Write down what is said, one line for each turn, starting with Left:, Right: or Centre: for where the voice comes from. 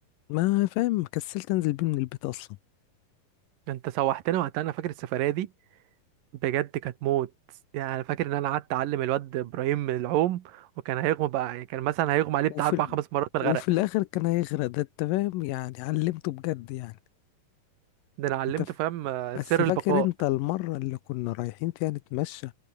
Left: ما فاهم كسلت انزل بيه من البيت اصلا
Right: انت سوحتنا وقتها انا فاكر السفرية دي بجد كانت موت يعني انا فاكر ان انا قعدت اعلم الواد ابراهيم العوم وكان هيغمى بقى يعني كان مثلا هيغمى عليه بتاع
Left: وفي
Right: اربع
Left: ال...
Right: خمس مرات من الغرق
Left: وفي الاخر كان هيغرق ده انت فاهم يعني علمته بجد يعني
Right: ده انا علمته
Left: انت ف...
Right: فاهم آه،
Left: بس
Right: سر
Left: فاكر
Right: البقاء
Left: انت المرة اللي كنا رايحين فيها نتمشى